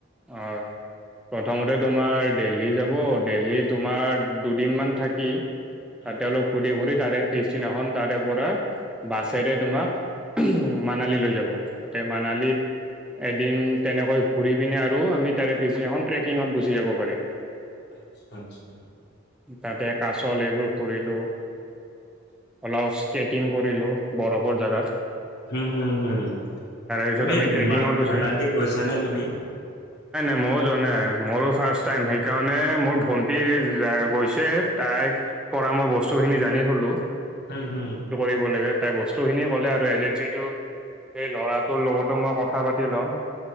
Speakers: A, in the centre; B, on the left.
A: হয়। প্ৰথমতে তোমাৰ দেলহি যাব, দেলহি তোমাৰ দুদিনমান থাকি
B: উম,
A: তাতে অলপ ফুৰি ফুৰি তাৰে পিছদিনাখন তাৰে পৰা বাছেৰে তোমাক মানালী লৈ যাব। তাতে মানালীত এদিন তেনেকৈ ঘুৰি পিনে আৰু আমি তাৰে পিছদিনাখন ট্ৰেকিঙত গুচি যাব পাৰিম।
B: আচ্ছা, আচ্ছা।
A: তাতে কাচল এইবোৰ ফুৰিলো। অলপ স্কেট কৰিলো বৰফৰ জেগাত।
B: হু, হু, হু।
A: পিছত
B: তুমি
A: আমি ট্ৰেকিঙত
B: মান-মানালী
A: গৈছো
B: গৈছা নে তুমি?
A: মইওঁ যোৱা নাই, মোৰো ফাৰ্ষ্ট টাইম সেইকাৰণে মোৰ ভন্টি যা গৈছে তাই পৰা মই বস্তু খিনি জানি থলো।
B: হো, হো।
A: দিব লাগে, তাই বস্তু খিনি হ'লে আৰু এজেন্সিটো সেই ল'ৰাটোৰ লগতো মই কথা পাতি ল'ম।